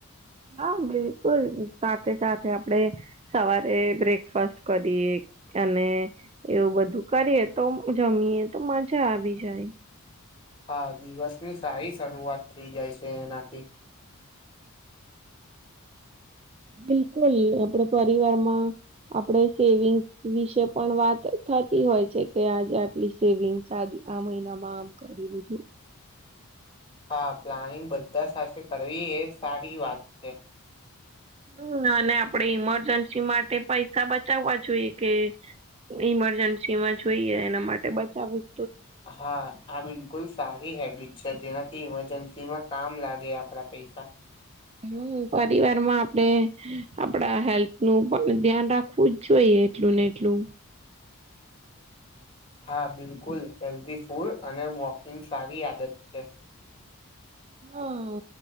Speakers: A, on the right; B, on the left.
A: હા બિલકુલ સાથે સાથે આપડે સવારે બ્રેકફાસ્ટ કરીએ અને એવું બધું કરીએ તો જમીયએ તો મજા આવી જાય
B: હા દિવસની સારી શરૂઆત થઈ જાય છે એનાથી
A: બિલકુલ આપડ પરિવારમાં આપડ સેવિંગ્સ વિશે પણ વાત થતી હોય છે કે આજે આટલી સેવિંગ્સ આવી આ મહિનામાં આમ કરી લિધું
B: હા પ્લાનિંગ બધા સાથે કરવી એ સારી વાત છે
A: હું અને આપણેે ઈમરજન્સી માટે પૈસા બચાવવા જોઈએ કે ઈમરજન્સી માં જોઈએ એના માટે બચાવી
B: હા આ બિલકુલ સારી હેબિટ છે જેનાથી ઇમરજન્સીમાં કામ લાગે આપડા પૈસા
A: હું પરિવાર માં આપણે આપડા હેલ્થ નું પણ ધ્યાન રાખવું જ જોઈએ એટલું ને એટલું
B: હા બિલકુલ હેલ્ધી ફૂડ અને વોકિંગ સારી આદત છે
A: <inaudible> હું